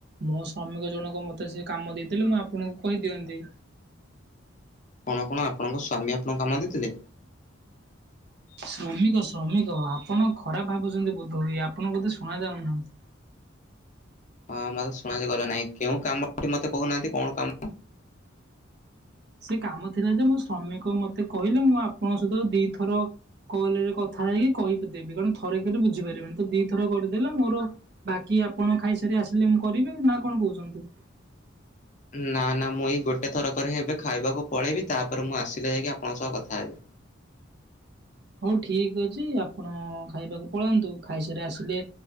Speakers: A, on the right; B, on the left.
A: ମୋ ଶ୍ରମିକ ଜଣକ ମତେ ସେ କାମ ଦେଇଥିଲେ ମୁଁ ଆପଣଙ୍କୁ କହିଦିଅନ୍ତି।
B: କଣ କଣ ଆପଣଙ୍କ ସ୍ଵାମୀ ଆପଣ କାମ ଦେଇଥିଲେ?
A: ଶ୍ରମିକ ଶ୍ରମିକ ଆପଣ ଖରାପ ଭାବୁଛନ୍ତି ବୋଧ ହୁଏ ଆପଣ କୋଧେ ଶୁଣା ଯାଉନାହିଁ।
B: ହଁ ମତେ ଶୁଣା ଯେ ଗଲା ନାହିଁ କେଉଁ କାମ ଟି ମତେ କହୁନାହାନ୍ତି କଣ କାମ?
A: ସେ କାମ ଥିଲା ଯେ ମୋ ଶ୍ରମିକ ମତେ କହିଲେ ମୁଁ ଆପଣଙ୍କ ସହିତ ଦିଥର କଲ୍ ରେ କଥା ହେଇକି କହି ଦେବି କାରଣ ଖରେ କେବେ ବୁଝିପାରିବନି ତ ଦିଥର କରିଦେଲେ ମୋର ବାକି ଆପଣ ଖାଇସାରି ଆସିଲେ ମୁ କରିବେ ନାଁ କଣ କହୁଚନ୍ତି?
B: ଉଁ ନା ନା ମୁଁ ଏଇ ଗୋଟେ ଥର କରି ହେବେ ଖାଇବାକୁ ପଳେଇବି ତାପରେ ମୁଁ ଆସିଲେ ଯାଇକି ଆପଣଙ୍କ ସହ କଥା ହେବି।
A: ହଉ ଠିକ୍ ଅଛି ଆପଣ ଖାଇବାକୁ ପଳାନ୍ତୁ ଖାଇସାରି ଆସିଲେ